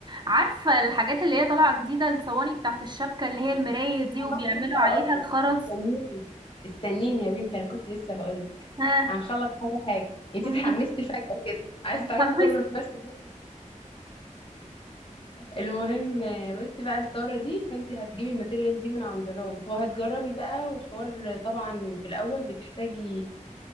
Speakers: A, on the right; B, on the left.
A: عارفه الحاجات اللي هي طالعه جديده الصواني بتاعت الشبكه اللي هي المرايه دي
B: وكنت
A: وبيعملوا
B: لسه هقول
A: عليها
B: لك
A: الخرز
B: استنيني استنيني يا بنتي انا كنت لسه هقول لك
A: ها
B: هنخلص حاجه حاجه انت
A: قولي
B: اتحمستي فجاه كده عايز
A: اتحمست
B: تعرفي كله في نفس المهم آه، بصي بقى الطاره دي فانت هتجيبي الماتيريال دي من عند الراجل وهتجربي بقى وحوار طبعا في الاول بتحتاجي